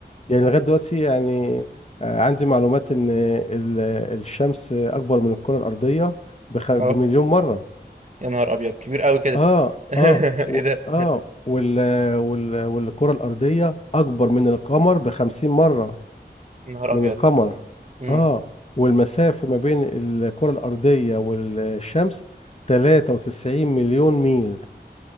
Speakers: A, on the left; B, on the right.
A: يعني لغايه دلوقتي يعني آه، عندي معلومات ان ال- الشمس اكبر من الكره الارضيه بخ- بمليون
B: اه
A: مره
B: يا نهار ابيض كبير قوي كده
A: اه
B: <laughs>
A: اه و
B: ايه ده
A: اه وال وال والكره الارضيه اكبر من القمر بخمسين مره
B: يا نهار
A: من
B: ابيض
A: القمر
B: مم.
A: اه والمسافة ما بين الكرة الأرضية والشمس 93 مليون ميل